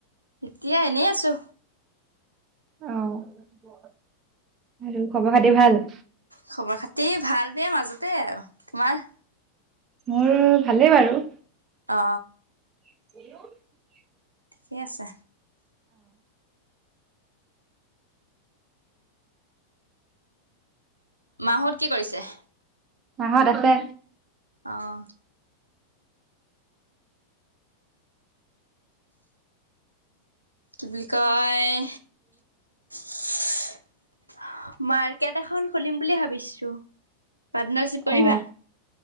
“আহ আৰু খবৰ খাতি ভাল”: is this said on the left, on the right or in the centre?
Right